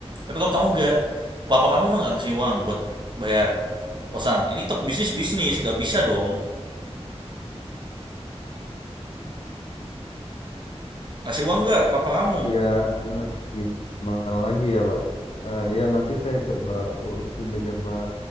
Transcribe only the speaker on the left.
Ya eh, gimana lagi ya Pak? Eh, ya nanti saya coba urusin lagi Pak,